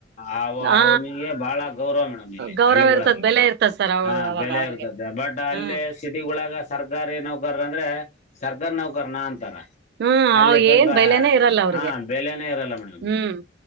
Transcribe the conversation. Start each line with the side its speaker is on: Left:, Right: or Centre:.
Left: ಅವ
Right: ಆ
Left: ಅವನಿಗೆ ಬಾಳ ಗೌರವ ಮೇಡಮ್ ಇಲ್ಲಿ
Right: ಗೌರವ
Left: ಹಳ್ಳಿಗಳಲ್ಲ
Right: ಇರ್ತದ ಬೆಲೆ ಇರ್ತದ ಸರ್ ಅವ
Left: ಹಾ
Right: ಅವಾಗ
Left: ಬೆಲೆ
Right: ಅವ್ರಿಗೆ
Left: ಇರ್ತದೆ ಬಟ್ ಅಲ್ಲೇ
Right: ಹ್ಮ್
Left: ಸಿಟಿ ಳಗ ಸರ್ಕಾರಿ ನೌಕರ ಅಂದ್ರೆ ಸರ್ಕಾರಿ ನೌಕರನ ಅಂತಾರ
Right: ಹ್ಮ್
Left: ಅಲ್ಲಿ
Right: ಅವ್
Left: ಸ್ವಲ್ಪ
Right: ಏನ್ ಬೆಲೆನೇ ಇರಲ್ಲ ಅವ್ರಿಗೆ
Left: ಹಾ ಬೆಲೆನೇ ಇರಲ್ಲ ಮೇಡಮ್
Right: ಹ್ಮ್